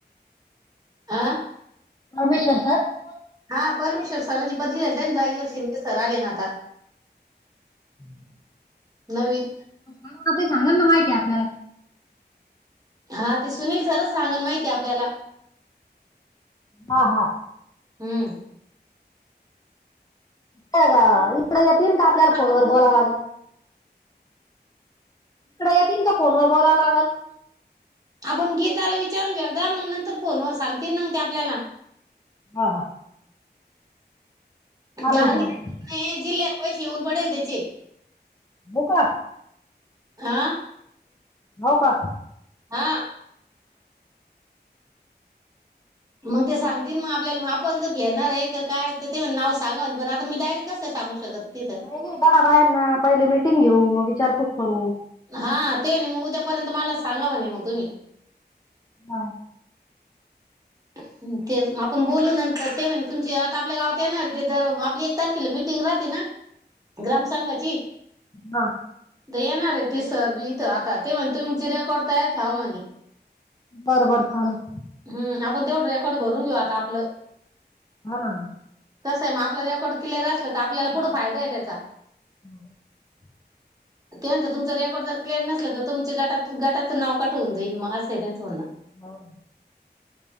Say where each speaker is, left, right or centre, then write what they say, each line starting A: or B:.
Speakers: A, on the right; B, on the left.
A: आं
B: परमेश्वर सर?
A: हा परमेश्वर सरांची बदली झाली, त्याच जागीवर शिंदे सर आले ना आता.
B: <unintelligible>
A: नवीन
B: करुणा ताई सांगल ना माहिती आपल्याला,
A: हा ते सुनील सरच सांगन माहिती आपल्याला.
B: हा हा
A: हम्म
B: काय ग, इकडे येतीन का आपल्याला
A: हा,
B: फोनवर बोलावं लागन? इकड येतीन, का फोनवर बोलावं लागल?
A: आपण गीताला विचारून घेउद्या, मग नंतर फोनवर सांगतील ना मंग ते आपल्याला.
B: हा हा चालन
A: कारण
B: चालेल
A: की, <inaudible> जिल्ह्याला पैसे येउन पडेले त्याचे.
B: बुका
A: आ
B: होव का?
A: हा मंग ते सांगतील, म आपल्याला आपण जर घेणारे का काय त ते म्हणे नाव सांगा म्हणे, पण आता मी डायरेक्ट कस काय सांगू शकत ति
B: नाय नाय, दहा बायांना पहिले मीटिंग घेऊ, मग विचारपूस करू
A: हा, ते न मग उद्यापर्यंत मला सांगा म्हणे म तुम्ही.
B: हा
A: हम्म तेच म आपण बोलू नंतर, ते म्हणे तुमचे आता आपल्या गावात येणारे ते तर आपली तारखेला मिटिंग राहते ना, ग्राम संघाची
B: हा
A: त येणार आहेत ती सर बी इथं आता, ते म्हणे तुमची रेकॉर्ड तयार ठेवा म्हणी.
B: बरबर, चाललं
A: हम्म, आपण तेवढं रेकॉर्ड भरून घेऊ आता आपलं.
B: हा ना हा
A: कसय मग आपला रेकॉर्ड क्लिअर असलं तर, आपल्याला
B: ना
A: पुढं फायदा आहे त्याचा.
B: <inaudible>
A: ते म्हणत्या, तुमचा रेकॉर्ड जर क्लिअर नसलं तर तुमच गटात, गटाच नाव कट होऊन जाईल म, असं आहे त्यांच म्हणन.
B: होव